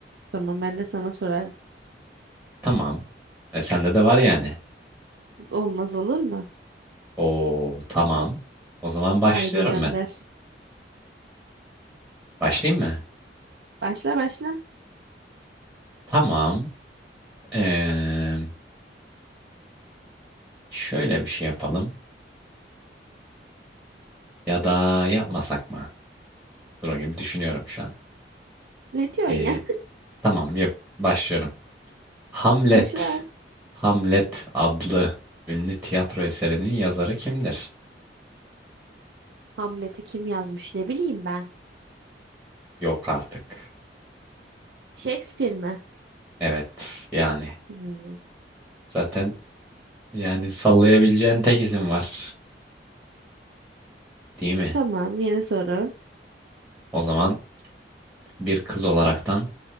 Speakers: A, on the right; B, in the centre.
A: Tamam, ben de sana sorarım.
B: Tamam. E, sende de var yani.
A: Olmaz olur mu?
B: Oo, tamam. O zaman başlıyorum
A: Haydi gönder.
B: ben. Başlayayım mı?
A: Başla başla.
B: Tamam. Ee, şöyle bir şey yapalım. Ya da yapmasak mı? Dur bakayım düşünüyorum şu an.
A: Ne diyorsun
B: Ee,
A: ya?
B: Tamam, yap. Başlıyorum. Hamlet.
A: <laughs> Başla.
B: Hamlet adlı ünlü tiyatro eserinin yazarı kimdir?
A: Hamlet'i kim yazmış ne bileyim ben.
B: Yok artık.
A: Shakespeare mi?
B: Evet, yani
A: Hmm.
B: zaten yani sallayabileceğin tek isim var, değil mi?
A: Tamam, yeni soru.
B: O zaman bir kız olaraktan